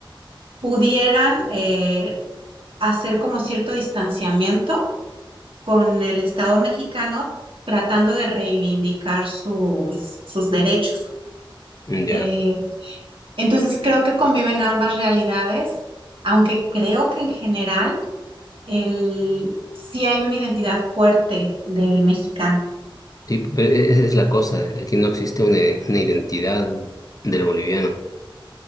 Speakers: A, on the right; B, on the left.
A: pudieran eh, hacer como cierto distanciamiento con el Estado mexicano tratando de reivindicar sus, sus derechos.
B: Ya.
A: Eh, entonces creo que conviven ambas realidades, aunque creo que en general el, sí hay una identidad fuerte del mexicano.
B: Sí, pero e- esa es la cosa, aquí no existe una, una identidad del boliviano.